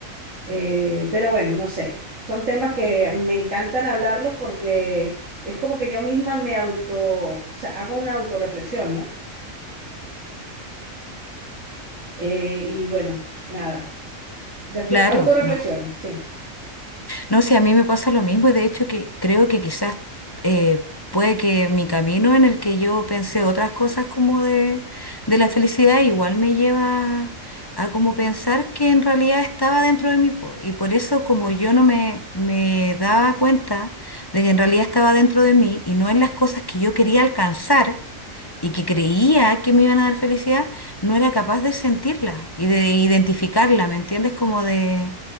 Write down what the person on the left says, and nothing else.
claro,
no.
No sé, a mí me pasa lo mismo y de hecho que creo que quizás eh, puede que mi camino en el que yo pensé otras cosas como de, de la felicidad igual me lleva a como pensar que en realidad estaba dentro de mí. po. Y por eso como yo no me, me daba cuenta de que en realidad estaba dentro de mí y no en las cosas que yo quería alcanzar y que creía que me iban a dar felicidad, no era capaz de sentirla y de identificarla, ¿me entiendes? Como de,